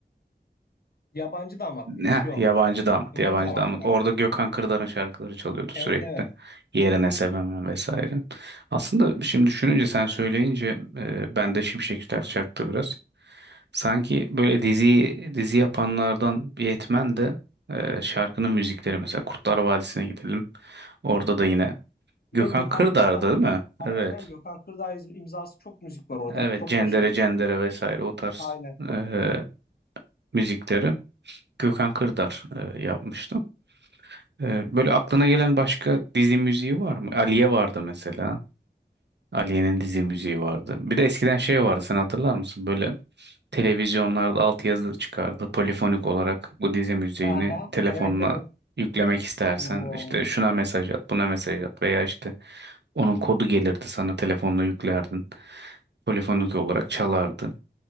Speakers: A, on the left; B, on the right.
A: Yabancı Damat
B: Ne?
A: mıydı? Yok.
B: Yabancı damat,
A: Yabancı
B: yabancı
A: Damat
B: damat.
A: galiba.
B: Orada Gökhan Kırdar'ın şarkıları çalıyordu
A: Evet
B: sürekli.
A: evet.
B: Yerine sevemem vesaire. Aslında şimdi düşününce sen söyleyince e, bende şimşekler çaktı biraz. Sanki böyle dizi dizi yapanlardan bir yetmen de e, şarkının müzikleri mesela Kurtlar Vadisi'ne gidelim. Orada da yine Gökhan
A: Yine Gökhan
B: Kırdar'dı
A: Kırdağ,
B: değil mi?
A: aynen
B: Evet.
A: aynen Gökhan Kırdağ iz- imzası çok müzik var orada.
B: Evet
A: Çok
B: Cendere
A: başarılı.
B: Cendere vesaire o tarz
A: Aynen.
B: e, müzikleri Gökhan Kırdar e, yapmıştı. Ee, böyle aklına gelen başka dizi müziği var mı? Aliye vardı mesela. Aliye'nin dizi müziği vardı. Bir de eskiden şey vardı sen hatırlar mısın? Böyle televizyonlarda altyazı çıkardı. Polifonik olarak bu dizi müziğini
A: Ha ha.
B: telefonuna
A: Evet evet.
B: yüklemek istersen
A: Oo.
B: işte şuna mesaj at, buna mesaj at veya işte onun kodu gelirdi sana telefonla yüklerdin. Polifonik olarak çalardı.